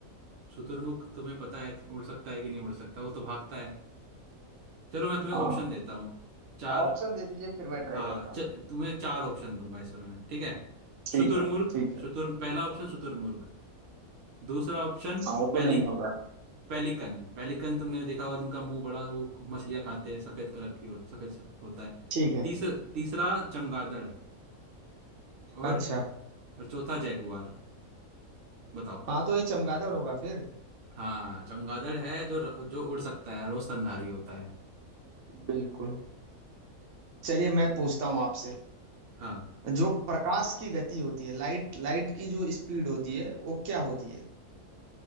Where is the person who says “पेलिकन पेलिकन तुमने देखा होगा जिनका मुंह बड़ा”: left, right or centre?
Right